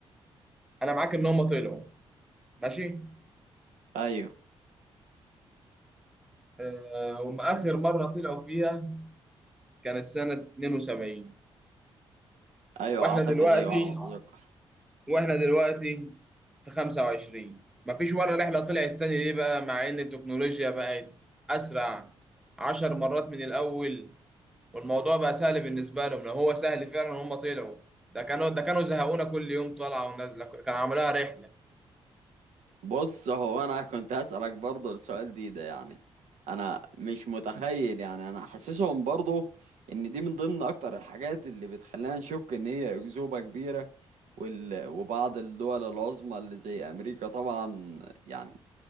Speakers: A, in the centre; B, on the right.
A: انا معاك ان هم طلعوا ماشي
B: ايوه
A: أه هم اخر مره طلعوا فيها كانت سنه 72
B: ايوه
A: واحنا
B: اعتقد
A: دلوقتي
B: ايوه على ما اتذكر
A: واحنا دلوقتي في 25 مفيش ولا رحلة طلعت تاني ليه بقى مع ان التكنولوجيا بقت اسرع عشر مرات من الاول والموضوع بقى سهل بالنسبة لهم لو هو سهل فعلا هم طلعوا ده كانوا ده كانوا زهقونا كل يوم طالعة ونازلة كان عاملها رحلة
B: بص هو انا كنت هسألك برضه السؤال دي ده يعني انا مش متخيل يعني انا حاسسهم برضه ان دي من ضمن اكتر الحاجات اللي بتخلينا نشك ان هي اكذوبة كبيرة وال... وبعض الدول العظمى اللي زي امريكا طبعا يعني